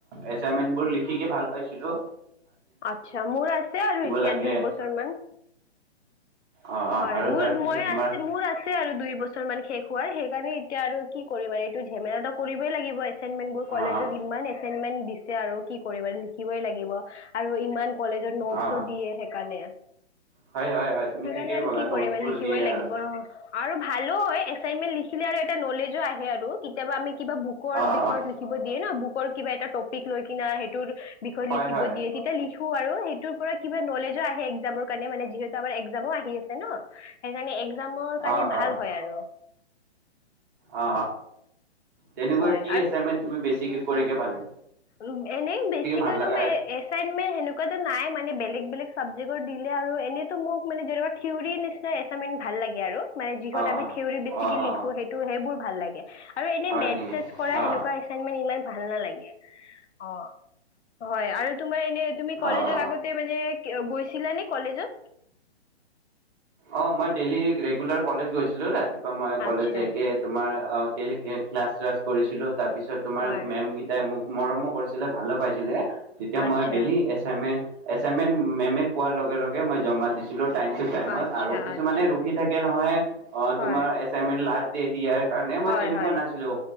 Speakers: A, on the right; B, on the left.
A: এচাইনমেন্ট বোৰ লিখি কে ভাল পাইছিলোঁ‌।
B: আচ্ছা, মোৰ আছে আৰু এতিয়া
A: লাগে
B: দুই বছৰ মান।
A: অ'
B: হয়
A: আৰু
B: মোৰ
A: তাৰপিছত
B: মই
A: তোমাৰ
B: আছে মোৰ আছে আৰু দুই বছৰ মান শেষ হোৱাৰ সেইকাৰণে এতিয়া আৰু কি কৰিবা আৰু এইটো ঝেমেলটো কৰিবই লাগিব এচাইনমেণ্টবোৰ কলেজত
A: অ'
B: ইমান এচাইনমেণ্ট দি ছে আৰু কি কৰিবা লিখিবই লাগিব আৰু ইমান কলেজৰ নোটছও
A: অ'
B: দিয়ে সেইকাৰণে
A: হয় হয় হয় তুমি
B: সেইকাৰণে
A: ঠিকেই
B: আৰু
A: ক'লা
B: কি
A: নোটছবোৰ
B: কৰিবা লিখিবই
A: দিয়ে
B: লাগিব
A: আৰু
B: অ' আৰু ভালো হয় এছাইনমেণ্ট লিখিলে আৰু এটা নলেজো আ হে আৰু কেতিয়াবা আমি কিবা বুকৰ
A: অ'
B: বিষয়ত লিখিব দিয়ে ন বুকৰ কিবা এটা টপিক লৈ কিনা সেইটোৰ বিষয়ত
A: হয়
B: লিখিব
A: হয়
B: দিয়ে তেতিয়া লিখো আৰু সেইটোৰ পৰা কিবা নলেজো আ এক্সামৰ কাৰণে মানে যিহেতু আমাৰ এক্সামও আহি আহি আছে ন সেইকাৰণে এ এক্সামৰ কাৰণে
A: অ
B: ভাল
A: অ
B: হয় আৰু
A: অ তেনেকুৱা
B: হয়
A: কি আছে ইমান তুমি বেছিকে কৰিকে ভাল-
B: উ' এনেই বেছিকে
A: ভাল লগা
B: তোমাৰ
A: আছে
B: এছাইনমেণ্ট হেনেকুৱা নাই মানে বেলেগ বেলেগ চাবজেক্টৰ দিলে আৰু এনেইতো মোক মানে যেনেকা থিয়ৰী নিচিনা এছাইনমেণ্ট ভাল লাগে আৰু মানে যিহত
A: অ
B: আমি
A: অ
B: থিয়ৰী বেছিকে
A: অ অ
B: লিখো
A: অ
B: সেইটো সেইবোৰ ভাল লাগে আৰু এনে
A: হয়
B: মেথছ
A: নেকি
B: চেথছ কৰা
A: অ
B: সেনেকুৱা এছাইনমেন্ট ইমান ভাল নালাগে। অ' হয় আৰু তোমাৰ এ এ তুমি কলেজৰ
A: অ অ
B: আগতে
A: অ
B: মানে গৈছিলানে কলেজত?
A: অ' মই ডেইলি ৰেগুলাৰ কলেজ গৈছিলো ৰাতিপুৱা বা মই কলেজ
B: আচ্ছা
A: যাইকে তোমাৰ আ কে কে ক্লাছ চালছ কৰিছিলো তাত তাৰ পিছত তোমাৰ
B: হয়
A: মে'ম গিটাই মোক মৰমো কৰিছিলে ভালো পাইছিলে তেতিয়া
B: আচ্ছা
A: মই ডেইলি এছাইনমেণ্ট এছাইনমেণ্ট মে'মে কোৱাৰ লগে লগে মই জমা দিছিলোঁ। টাইম টু টাইমত
B: আচ্ছা
A: আৰু কিছুমানে
B: আচ্ছা
A: ৰুখি থাকে নহয় অ'
B: হয়
A: তোমাৰ এছাইনমেণ্ট লাষ্ট ডে দিয়াৰ। কাৰণে মই
B: হয়
A: তেনেকুৱা
B: হয়
A: নাছিলোঁ